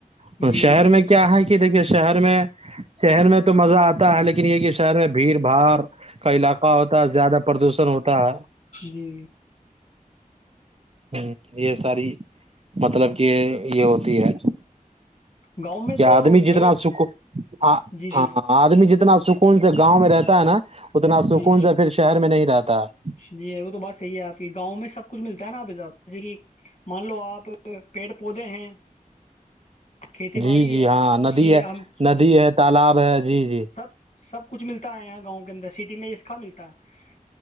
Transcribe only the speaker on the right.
تو
شہر میں کیا ہے کہ دیکھیے شہر میں شہر میں تو تو مزہ آتا ہے لیکن یہ کہ شہر میں بھیڑ باڑ کا علاقہ ہوتا ہے زیادہ پردوشن ہوتا ہے
ہ یہ ساری مطلب کہ یہ ہوتی ہے
کہ آدمی
جتنا سک ہاں
آدمی جتنا سکون سے گاؤں میں رہتا نا اتنا سکون
سے پھر شہر میں نہیں رہتا ہے
جی
جی
ہاں ندی
ہے
ندی ہے تالاب ہے جی جی